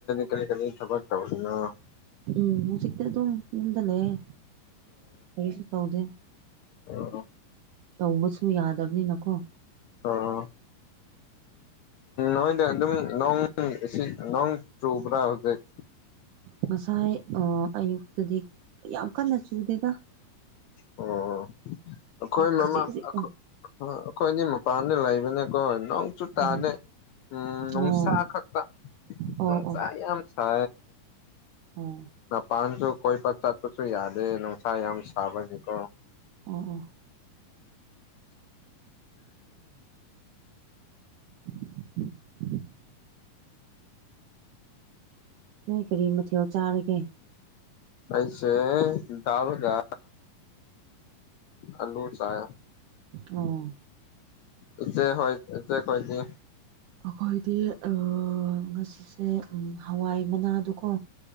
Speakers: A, on the left; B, on the right.
A: ꯀꯔꯤ ꯀꯔꯤ ꯊꯕꯛ ꯇꯧꯔꯤꯅꯣ
B: ꯎꯝ ꯍꯧꯖꯤꯛꯇꯤ ꯑꯗꯨꯝ ꯌꯨꯝꯗ ꯂꯩꯌꯦ ꯀꯔꯤꯁꯨ ꯇꯧꯗꯦ
A: ꯑꯣ ꯑꯣ
B: ꯇꯧꯕꯁꯨ ꯌꯥꯗꯕꯅꯤꯅꯀꯣ
A: ꯑꯣ ꯅꯣꯏꯗ ꯑꯗꯨꯝ ꯅꯣꯡ ꯏꯁꯤꯠ ꯅꯣꯡ ꯆꯨꯕ꯭ꯔꯥ ꯍꯧꯖꯤꯛ
B: ꯉꯁꯥꯏ ꯑꯣ ꯑꯌꯨꯛꯇꯗꯤ ꯌꯥꯝ ꯀꯟꯅ ꯆꯨꯗꯦꯗ
A: ꯑꯣ ꯑꯩꯈꯣꯏ
B: ꯈꯖꯤꯛ
A: ꯃꯃꯥ
B: ꯈꯖꯤꯛꯇꯪ
A: ꯑꯩꯈꯣꯏꯗꯤ ꯃꯄꯥꯟꯗ ꯂꯩꯕꯅꯦꯀꯣ ꯅꯣꯡ ꯆꯨ ꯇꯥꯅꯩ
B: ꯎꯝ
A: ꯎꯝ ꯅꯨꯡꯁꯥ
B: ꯑꯣ
A: ꯈꯛꯇ
B: ꯑꯣ
A: ꯅꯨꯡꯁꯥ
B: ꯑꯣ
A: ꯌꯥꯝ ꯍ
B: ꯑꯣ
A: ꯃꯄꯥꯟꯁꯨ ꯀꯣꯏꯕ ꯆꯠꯄꯁꯨ ꯌꯥꯗꯦ ꯅꯨꯡꯁꯥ ꯌꯥꯝ ꯁꯥꯕꯒꯤꯀꯣ
B: ꯑꯥ ꯑꯥ <unintelligible> ꯅꯣꯏ ꯀꯔꯤ ꯃꯊꯦꯜ ꯆꯥꯔꯒꯦ
A: ꯑꯩꯁꯦ ꯗꯥꯜ ꯒ ꯑꯂꯨ ꯆꯥꯏꯌꯦ
B: ꯑꯣ
A: ꯏꯆꯦ ꯍꯣꯏ ꯏꯆꯦ ꯀꯣꯏ ꯗꯤ
B: ꯑꯩꯈꯣꯏꯗꯤ ꯑꯥ ꯉꯁꯤꯁꯦ ꯎꯝ ꯍꯋꯥꯏ ꯃꯅꯥꯗꯨ ꯀꯣ